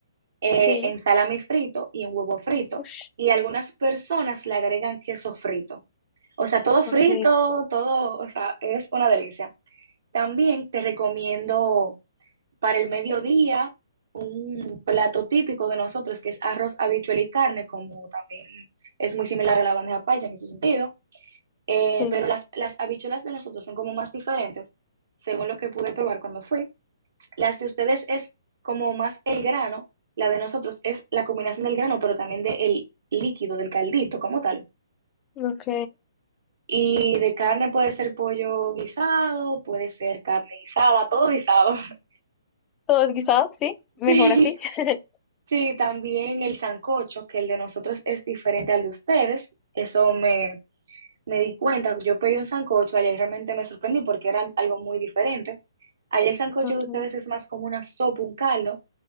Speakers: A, on the right; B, on the left.
A: eh,
B: sí,
A: en salami frito y en huevo frito,
B: Ush,
A: y algunas personas le agregan queso frito. O sea, todo frito,
B: ok,
A: todo, o sea, es una delicia. También te recomiendo para el mediodía un plato típico de nosotros que es arroz, habichuela y carne, como también es muy similar a la bandeja paisa en ese sentido. Eh,
B: sí.
A: pero las, las habichuelas de nosotros son como más diferentes, según lo que pude probar cuando fui. Las de ustedes es como más el grano, la de nosotros es la combinación del grano, pero también del líquido, del caldito como tal.
B: Ok.
A: Y de carne puede ser pollo guisado, puede ser carne guisada, todo guisado. <laughs>
B: Todo es guisado, sí. Mejor
A: Sí,
B: así. <laughs>
A: sí, también el sancocho, que el de nosotros es diferente al de ustedes. Eso me, me di cuenta. Yo pedí un sancocho allá y realmente me sorprendí porque era algo muy diferente. Allá el sancocho
B: Ok.
A: de ustedes es más como una sopa, un caldo.